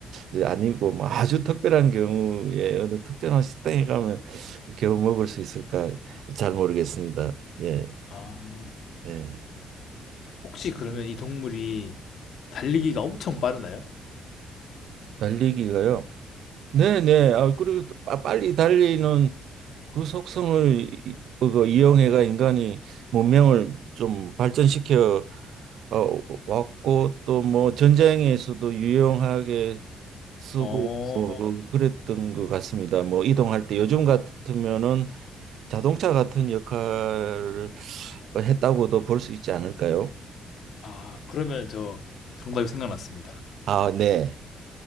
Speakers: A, on the right (about 70°); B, on the left (about 60°).
A: 이제 아니고 뭐 아주 특별한 경우에 어느 특정한 식당에 가면 겨우 먹을 수 있을까 잘 모르겠습니다. 예,
B: 아.
A: 예.
B: 혹시 그러면 이 동물이 달리기가 엄청 빠르나요?
A: 달리기가요. 네, 네. 아, 그리고 또 빠- 빨리 달리는 그 속성을 이- 그거 이용해가 인간이 문명을 좀 발전시켜 어, 왔고 또 뭐 전쟁에서도 유용하게 쓰고
B: 어.
A: 뭐 그랬던 것 같습니다. 뭐 이동할 때 요즘 같으면은 자동차 같은 역할을 했다고도 볼 수 있지 않을까요?
B: 아 그러면 저 정답이 생각났습니다.
A: 아, 네.